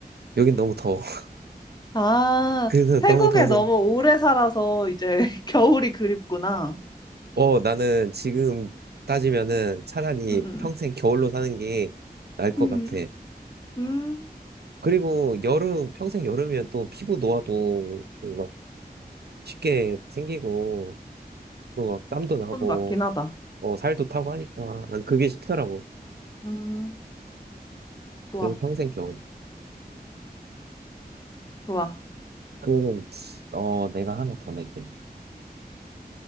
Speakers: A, on the right (about 80°); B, on the left (about 25°).
A: 여긴 너무 더워. <laughs>
B: 아,
A: 그래서
B: 태국에
A: 너무 더워서,
B: 너무 오래 살아서 이제 <laughs> 겨울이 그립구나.
A: 어, 나는 지금 따지면은 차라리
B: 음,
A: 평생 겨울로 사는 게 나을 것
B: 음,
A: 같아.
B: 음,
A: 그리고 여름, 평생 여름이면 또 피부 노화도 그막 쉽게 생기고, 또 막 땀도 나고,
B: 그건 맞긴 하다.
A: 어, 살도 타고 하니까 난 그게 싫더라고.
B: 음, 좋아,
A: 그래서 평생 겨울.
B: 좋아.
A: 그러면 어, 내가 하나 더 낼게.